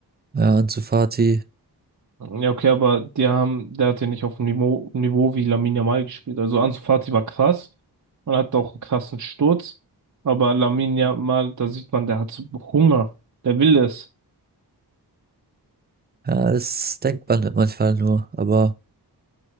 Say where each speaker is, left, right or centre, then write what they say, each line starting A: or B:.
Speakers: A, on the right; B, on the right.
A: ja, Ansu Fati
B: Ja, okay, aber die haben, der hat ja nicht auf dem Niveau, Niveau wie Lamine Yamal gespielt. Also Ansu Fati war krass und hat auch einen krassen Sturz. Aber Lamine Yamal, da sieht man, der hat so Hunger. Der will es.
A: ja, das denkt man manchmal nur. Aber